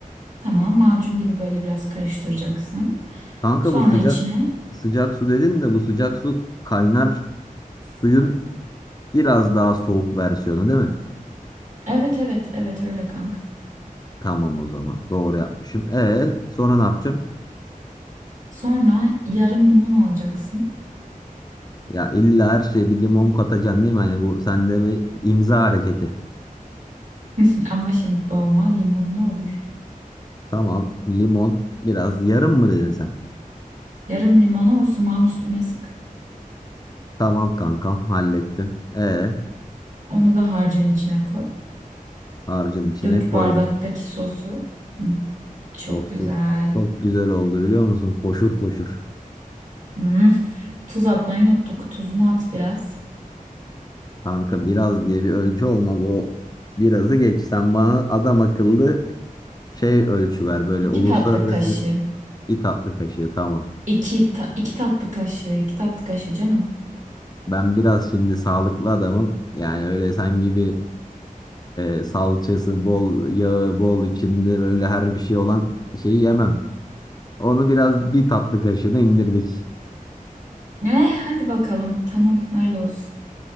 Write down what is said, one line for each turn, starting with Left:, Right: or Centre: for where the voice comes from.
Right: tamam macun gibi böyle biraz karıştıracaksın.
Left: Kanka
Right: Sonra
Left: bu sıcak
Right: içine
Left: sıcak su dedin de bu sıcak su kaynar suyun biraz daha soğuk versiyonu değil mi?
Right: Evet evet evet öyle kanka.
Left: Tamam o zaman doğru yapmışım. E sonra ne yapacağım?
Right: Sonra yarım limon alacaksın.
Left: Ya illa her şeye bir limon katacaksın değil mi? Hani bu sende bir imza hareketi.
Right: <laughs> Ama şimdi dolma limonlu olur.
Left: Tamam limon biraz yarım mı dedin sen?
Right: Yarım limonu o sumağın üstüne sık.
Left: Tamam kankam hallettim. E
Right: Onu da harcın içine koy.
Left: harcın içine
Right: Dök
Left: koydum.
Right: bardaktaki sosu. Hı, çok
Left: Oh
Right: güzel.
Left: çok çok güzel oldu biliyor musun? Foşur foşur.
Right: Hı, tuz atmayı unuttuk. Tuzunu at biraz.
Left: Kanka biraz diye bir ölçü olmaz o birazı geç. Sen bana adam akıllı şey ölçü ver böyle
Right: İki
Left: uluslararası
Right: tatlı kaşığı.
Left: bir tatlı kaşığı tamam.
Right: İki, ta- iki tatlı kaşığı. İki tatlı kaşığı canım.
Left: Ben biraz şimdi sağlıklı adamım. Yani öyle sen gibi e, salçası bol, yağı bol içinde böyle her bir şey olan şeyi yemem. Onu biraz bir tatlı kaşığına indirdik.
Right: Eh, hadi bakalım. Tamam öyle olsun.